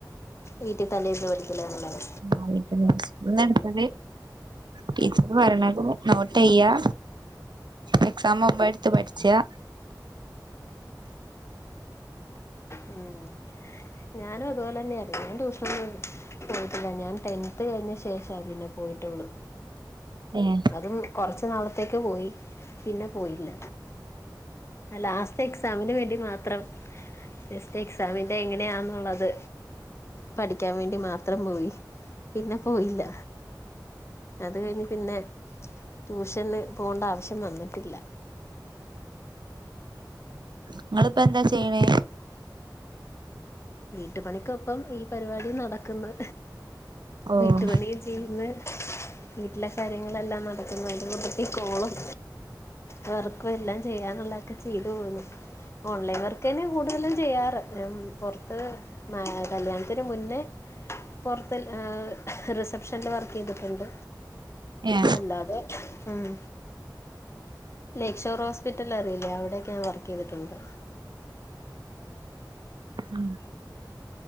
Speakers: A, on the left; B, on the right.
A: വീട്ടിൽ തലേന്ന് പഠിക്കലാണോ ഒള്ളത്?
B: ആഹ് വീട്ടന്നിന്ന സ് ന്നെഎടുത്തത് ടീച്ചറ് വര്ണെനക്കമു നോട്ടയ്യാ. എക്സാം മുമ്പേ എടുത്ത് പഠിച്ചെയ
A: ഉം ഞാനും അതുപോലെ തന്നെയായിരുന്നു ഞാൻ ട്യൂഷനൊന്നുട്ത്തില്ല പോയിട്ടില്ല ഞാൻ ടെൻത് കഴിഞ്ഞ ശേഷാ പിന്നെ പോയിട്ടുള്ളു
B: ഏഹ്
A: അതും കുറച്ച് നാളത്തേക്ക് പോയി പിന്നെ പോയില്ല ലാസ്റ്റ് എക്സാമിന് വേണ്ടി മാത്രം ജസ്റ്റ് എക്സാമിന്റെ എങ്ങനെയാന്ന് ഉള്ളത് പഠിക്കാൻ വേണ്ടി മാത്രം പോയി പിന്നെ പോയില്ല. അത് കഴിഞ്ഞ് പിന്നെ ട്യൂഷന് പോകേണ്ട ആവശ്യം വന്നിട്ടില്ല.
B: നിങ്ങളിപ്പ എന്താ ചെയ്യണേ
A: വീട്ടു പണിക്കൊപ്പം ഈ പരിപാടി നടക്കുന്ന്
B: ഓഹ്
A: വീട്ടുപണിയും ചെയ്യുന്ന് വീട്ടിലെ കാര്യങ്ങളെല്ലാം നടക്കുന്നൊ മുണ്ട് ഇകോളും വെർക്കും എല്ലാം ചെയ്യാനുള്ളക്കെ ചെയ്തു പോന്നു. ഓൺലൈൻ വർക്ക് തെന്നയ കൂടുതലും ചെയ്യാറ് ഞാൻ പുറ അത്ത് മാ കല്യാണത്തിന് മുന്നേ പൊ റത്ത് റിസപ്ഷനില് വർക്ക് ചെയ്തിട്ടുണ്ട്.
B: ഏയ
A: അല്ലാതെ ഉം. ലക്ഷോർ ഹോസ്പിറ്റല റിയില്ലേ അവിടെയൊക്കെ ഞൻ വർക്ക് ചെയ്തിട്ടുണ്ട്.
B: ഉം